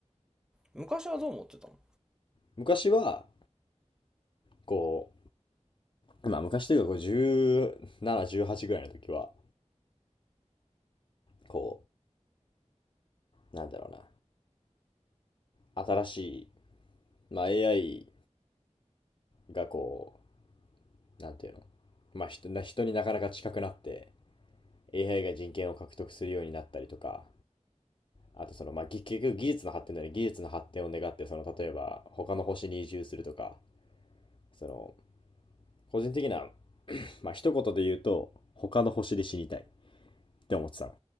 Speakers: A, in the centre; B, on the left.
A: 昔はどう思ってたの
B: 昔は、こう、まあ昔というかこう17、18ぐらいの時は、こうなんだろうな新しい、まあ、AI がこうなんていうの、まあ、人な人になかなか近くなって AI が人権を獲得するようになったりとかあとその、まあ、結局技術の発展だね技術の発展を願ってその例えば他の星に移住するとかその個人的な、まあ一言で言うと他の星で死にたいって思ってたの